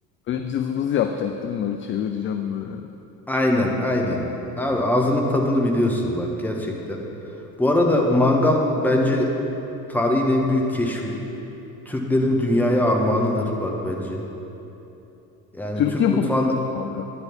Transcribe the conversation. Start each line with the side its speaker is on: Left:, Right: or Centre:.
Left: Böyle cızbız yapacaktım böyle çevireceğim böyle.
Centre: Aynen aynen. Abi ağzının tadını biliyorsun bak gerçekten. Bu arada mangal bence tarihin en büyük keşfi. Türklerin dünyaya
Left: <laughs>
Centre: armağanıdır bak bence. Yani
Left: Türk
Centre: Türk
Left: yapımı
Centre: mutfağında
Left: mangal.